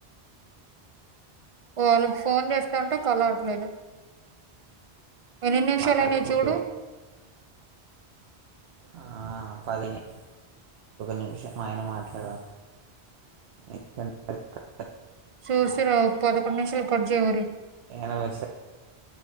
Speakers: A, on the right (about 40°); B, on the right (about 75°).
A: వాళ్ళకి ఫోన్ చేస్తాంటే కలవట్లేదు ఎన్ని నిమిషాలూ
B: మారిపోయా
A: అయినయ్ చూడు
B: ఆ పదినిక నిమిషం ఆయన మాట్లాడద ఇక్కడాడ థా
A: సూసర పదక నిషల్ కడ్జవరి
B: నష